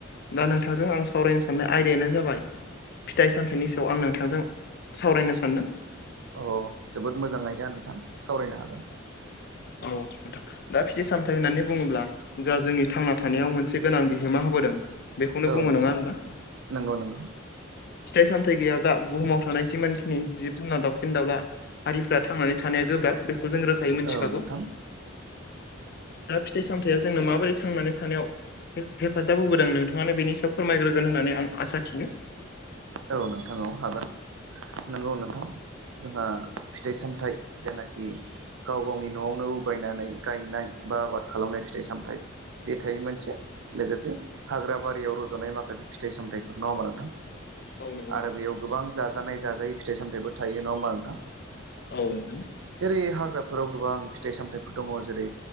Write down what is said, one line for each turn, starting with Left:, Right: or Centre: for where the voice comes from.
Left: दा नोंथांजों आं सावरायनो साननाय आयदायानो जाबाय फिथाइ सामथाइनि सायाव आं नोंथांजों सावरायनो सानदों
Right: अ जोबोद मोजाङै दा नोंथां सावरायनो हागोन
Left: औ नोंथां दा फिथ सामथायाइ होननानै बुङोब्ला जोंहा जोंनि थांना थानायाव मोनसे गोनां बिहोमा होबोदों बेखौनो
Right: औ
Left: बुङो
Right: नोंथां
Left: नङा होनबा
Right: नंगौ नंगौ
Left: फिथाइ सामथाय गैयाब्ला बुहुमाव थानाय जिमानखिनि जिब जुनार दावउखेन दाउला हारिफ्रा थांनानै थानाया गोब्राब बेखौ जों रोखायै मोनथिखागौ
Right: औ नोंथां
Left: दा फिथाइ सामथायाइया जोंनो माबोरै थांनानै थानायाव हेफाजाब होबोदों नोंथाङानो बेनि सायाव फोरमायग्रोगोन होननानै आं आसा थियो
Right: औ नोंथां औ हागोन नंगौ नोंथां जोंहा फिथाइ सामथाइ जेनाखि गाव गावनि न'आवनो उगायनानै गायनाय बा आबाद खालामनाय फिथाइ सामथाइ बे थायो मोनसे लोगोसे हाग्रा बारियाव रज'नाय माखासे फिथाइ सामथाइफोर नङामा नोंथां
Left: औ नंगौ नोंथां।
Right: आरो बेयाव गोबां जाजानाय जाजाय फिथाइ सामथायाइबो थायो नङा होमबा नोंथां
Left: औ नोंथां
Right: जेरै हाग्राफोराव गोबां फिथाइ सामथाइफोर दङ जेरै